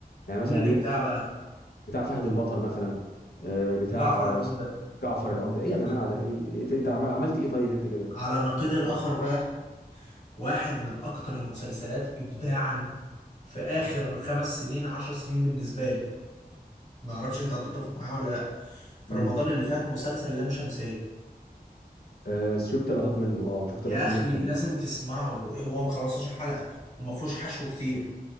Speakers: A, on the left; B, on the left.
A: يعني مثلا
B: من الإبداع
A: ايه
B: بقى
A: بتاع فهد البطل مثلا آه، بتاع
B: جعفر العمدة
A: جعفر العمده ايه
B: <laughs>
A: يا جماعه ده ايه إيه، في- انت عملت ايه طيب انت كده
B: على النقيض الآخر بقى واحد من أكتر المسلسلات إبداعا في آخر خمس سنين عشر سنين بالنسبة لي ما اعرفش انت هتتفق معاه ولا لا في
A: امم
B: رمضان اللي فات مسلسل لام شمسية
A: آه، شفت لقطات منه اه شفت
B: يا
A: لقطات
B: اخي
A: منه كان
B: لازم تسمعه هو 15 حلقة وما فيهوش حشو كتير